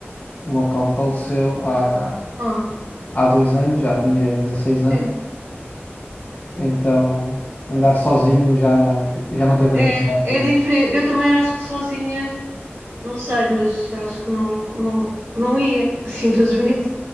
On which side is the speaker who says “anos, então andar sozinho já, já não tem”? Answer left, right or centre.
Left